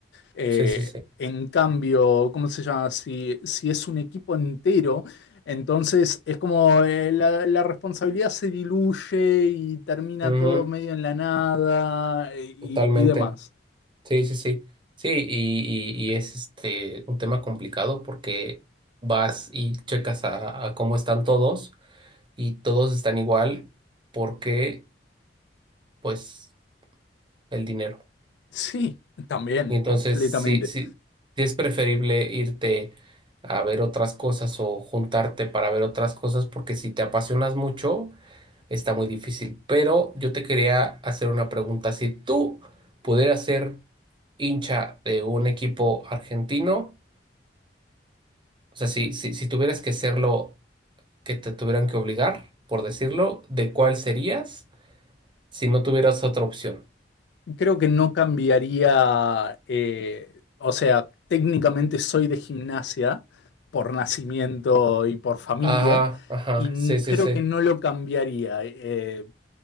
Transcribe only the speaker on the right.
Sí, sí, sí.
Ujú,
Totalmente.
Sí, sí, sí. Sí, y, y- y es este un tema complicado porque vas y checas a, a cómo están todos y todos están igual porque, pues, el dinero.
Y entonces,
sí, sí, sí es preferible irte a ver otras cosas o juntarte para ver otras cosas porque si te apasionas mucho Está muy difícil, pero yo te quería hacer una pregunta. Si tú pudieras ser hincha de un equipo argentino, o sea, si, si, si tuvieras que serlo, que te tuvieran que obligar, por decirlo, ¿de cuál serías si no tuvieras otra opción?
Ajá, ajá,
sí, sí,
sí.